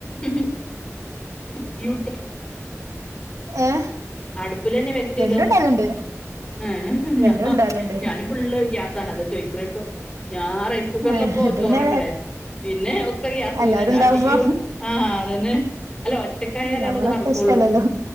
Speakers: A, on the left; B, on the right.
A: തിയ്‌
B: ഏഹ്
A: അടുപ്പിലെന്നെ വെക്കില്ല
B: രണ്ടും ഉണ്ടാവലുണ്ട്
A: ഏഹ്
B: രണ്ടും
A: ഞാ
B: ഉണ്ടാവലുണ്ട്
A: ഞാനും ഫുള്ള് ഗ്യാസാണതാ ചോയ്ക്ക്ണിട്ടോ ഞാൻ റൈസ് കുക്കറ്ലപ്പോ
B: ഏഹ് ഇത്
A: ചോറക്ക്ണേ
B: പിന്നെ
A: പിന്നെ ഒക്കെ ഗ്യസ്മ്മെലെന്നാ
B: എല്ലാരും ഉണ്ടാവുമ്പോ
A: ആഹ് തീയ്യും ആഹ് അതന്നെ അല്ല ഒറ്റക്കായാലതൊക്കെ
B: ഞമ്മള്
A: നടക്കുള്ളൂ
B: ഒറ്റ ഇഷ്ടല്ലല്ലോ